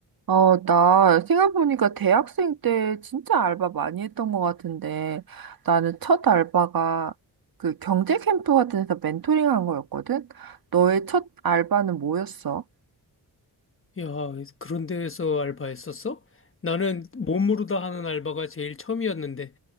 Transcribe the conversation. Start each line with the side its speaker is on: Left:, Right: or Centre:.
Right: 어, 나 생각해보니까 대학생 때 진짜 알바 많이 했던 것 같은데 나는 첫 알바가 그 경제 캠프 같은 데서 멘토링 한 거였거든? 너의 첫 알바는 뭐였어?
Left: 야, 그런 데서 알바했었어? 나는 몸으로 다 하는 알바가 제일 처음이었는데,